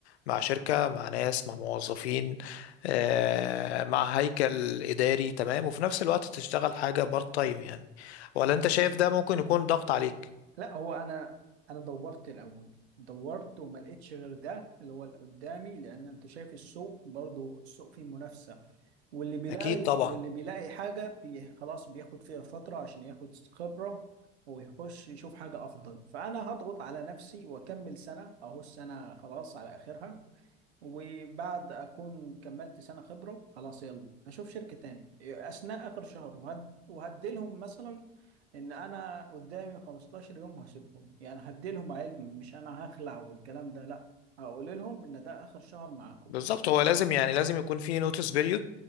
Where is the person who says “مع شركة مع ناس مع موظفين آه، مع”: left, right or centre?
Left